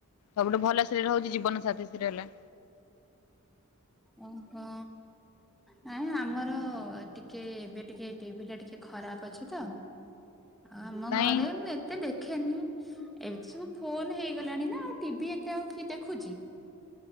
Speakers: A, on the left; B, in the centre.
A: ସବୁଠୁ ଭଲ ସିରିଏଲ ହଉଛି ଜୀବନ ସାଥି ସିରିଏଲ।
B: ଓ ହୋ। ନାହିଁ ଆମର ଟିକେ ଏବେ ଟିକେ ଟିଭି ଟା ଟିକେ ଖରାପ ଅଛି ତ। ଆମ
A: କାଇଁ
B: ଘରେ ମୁଁ ଏ ଏତେ ଦେଖେନି ଏବେତ ସବୁ ଫୋନ ହେଇଗଲାଣି ନା ଆଉ ଟିଭି ଏତେ ଆଉ କିଏ ଦେଖୁଛି।